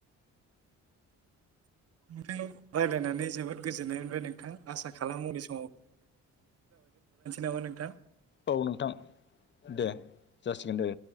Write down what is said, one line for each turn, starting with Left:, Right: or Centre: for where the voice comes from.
Right: नोंथ रायलायनानै जोबोद गोजोननाय मोनबाय नोंथां आसा खालामोस नामा नोंथां?
Left: औ नोंथां दे जासिगोन दे